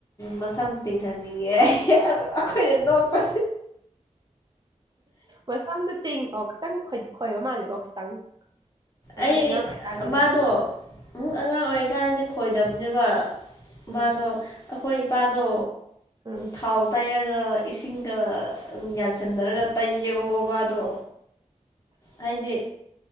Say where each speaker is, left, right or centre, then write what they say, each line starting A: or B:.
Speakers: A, on the left (about 30°); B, on the right (about 35°).
A: ꯃꯁꯝ ꯇꯤꯡꯍꯟꯅꯤꯡꯉꯦ ꯑꯗ ꯑꯩꯈꯣꯏꯅ ꯅꯣꯛꯄ
B: ꯃꯁꯝꯗꯨ ꯇꯤꯡꯉꯑꯣ ꯈꯤꯇꯪ ꯈꯣꯏꯕ ꯃꯥꯜꯂꯦꯀꯣ ꯈꯤꯇꯪ ꯍꯥꯏꯗꯤ
A: ꯑꯩ
B: ꯑꯉꯥꯡ ꯑꯣꯏꯔꯤꯀꯥꯟꯗꯒꯤ
A: ꯃꯥꯗꯣ ꯑꯃꯨꯡ ꯑꯉꯥꯡ ꯑꯣꯏꯔꯤꯀꯥꯟꯗꯗꯤ ꯈꯣꯏꯗꯕꯅꯦꯕ
B: ꯎꯝ
A: ꯃꯥꯗꯣ ꯑꯩꯈꯣꯏ ꯏꯄꯥꯗꯣ
B: ꯎꯝ
A: ꯊꯥꯎ ꯇꯩꯔꯒ ꯏꯁꯤꯡꯒ ꯌꯥꯟꯁꯟꯅꯔꯒ ꯇꯩꯌꯦꯕꯀꯣꯕꯥꯗꯣ ꯍꯥꯏꯗꯤ